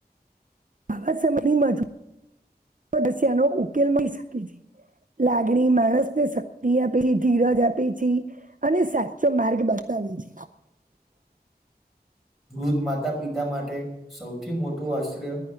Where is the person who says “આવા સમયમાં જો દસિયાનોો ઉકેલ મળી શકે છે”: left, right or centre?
Right